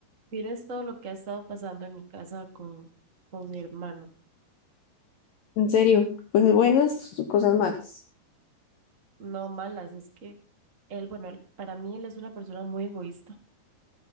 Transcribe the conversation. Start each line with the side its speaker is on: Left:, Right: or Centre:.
Right: Vieras todo lo que ha estado pasando en mi casa con, con mi hermano.
Left: En serio, cosas buenas, cosas malas.
Right: No malas, es que él, bueno, él- para mí él es una persona muy egoísta,